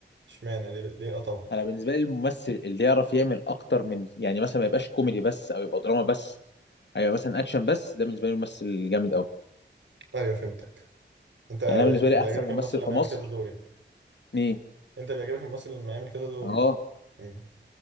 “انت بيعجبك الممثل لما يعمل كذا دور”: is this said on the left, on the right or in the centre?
Right